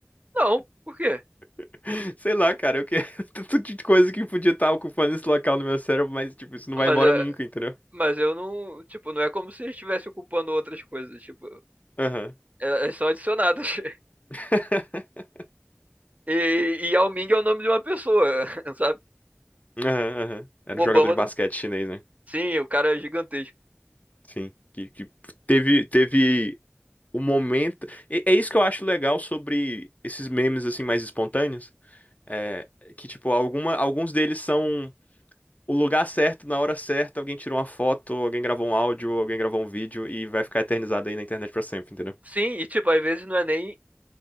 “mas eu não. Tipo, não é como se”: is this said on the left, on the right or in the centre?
Right